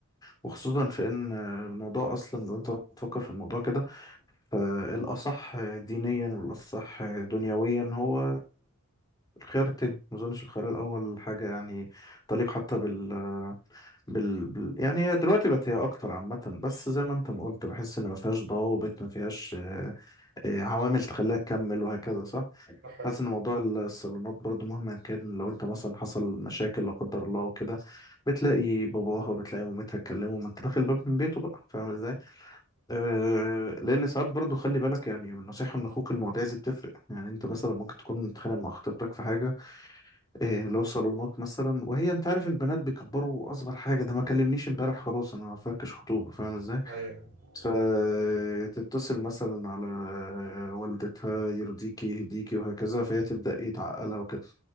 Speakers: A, on the left; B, on the right.
A: وخصوصا في ان الموضوع اصلا لو انت بتفكر في الموضوع كده فالاصح دينيا والاصح دنيويا هو الخيار التاني ما اظنش الخيار الاول حاجه يعني تليق حتى بال... بال... بال يعني هي دلوقتي بقت هي اكتر عامه بس زي ما انت ما قلت بحس ان ما فيهاش ضوابط ما فيهاش آه، آه، عوامل تخليها تكمل وهكذا صح
B: ده حقيقي
A: حاسس ان موضوع الصالونات برضو مهما كان لو انت مثلا حصل مشاكل لا قدر الله وكده بتلاقي باباها بتلاقي مامتها اتكلموا ما انت داخل باب من بيته بقى فاهم ازاي آه لان ساعات برضو خلي بالك يعني النصيحه من اخوك المواضيع دي بتفرق يعني انت مثلا ممكن تكون متخانق مع خطيبتك في حاجه آه لو صالونات مثلا وهي انت عارف البنات بيكبروا اصغر حاجه ده ما كلمنيش امبارح خلاص انا ما فاكش خطوبه فاهم ازاي
B: ايوه
A: فتتصل مثلا على والدتها يرضيكي يهديكي وهكذا فهي تبدا ايه تعقلها وكده